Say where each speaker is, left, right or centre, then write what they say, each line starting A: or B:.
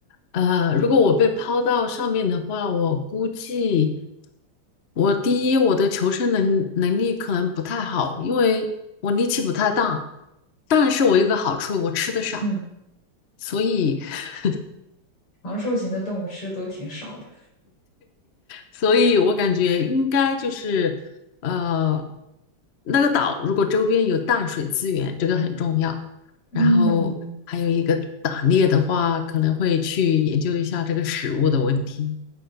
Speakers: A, on the left; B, on the left.
A: 呃，如果我被抛到上面的话，我估计我第一，我的求生能能力可能不太好，因为我力气不太大。但是我有个好处，我吃的少，
B: 嗯，
A: 所以 <laughs>
B: 长寿型的动物吃的都挺少的。
A: 所以我感觉应该就是，呃，那个岛如果周边有淡水资源，这个很重要。
B: 嗯，
A: 然后还有一个打猎的话，可能会去研究一下这个食物的问题。